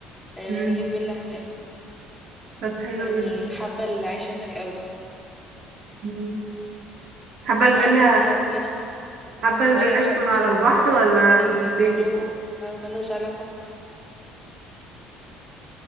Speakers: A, in the centre; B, on the right (about 65°).
A: آه،
B: مم.
A: نجيب فيلا هناك
B: طب حلو
A: يعني
B: جدا
A: حابه العيشه هناك قوي
B: مم. حابة الفيلا
A: منطقه هاديه وكده
B: حابة الفيلا
A: وانا بحب
B: تكون على
A: ال-
B: البحر
A: المكان
B: ولا
A: اللي
B: تكون فين؟
A: فيه هدوء آه، ملناش علاقه